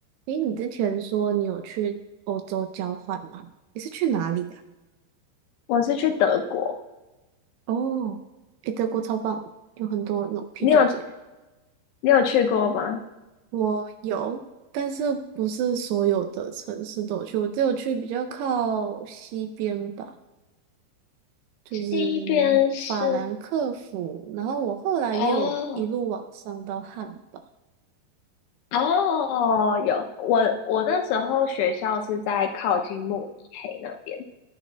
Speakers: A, on the right (about 80°); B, on the left (about 80°).
A: 诶，你之前说你有去欧洲交换吗？你是去哪里呀、
B: 我是去德国，
A: 哦，诶，德国超棒，有很多那种啤酒节。
B: 你有你有去过吗？
A: 我有，但是不是所有的城市都有去，我只有去比较靠西边吧，就是法兰克福。
B: 西边是
A: 然后我后来也有一路往上到汉堡。
B: 哦哦，有我我那时候学校是在靠近慕尼黑那边，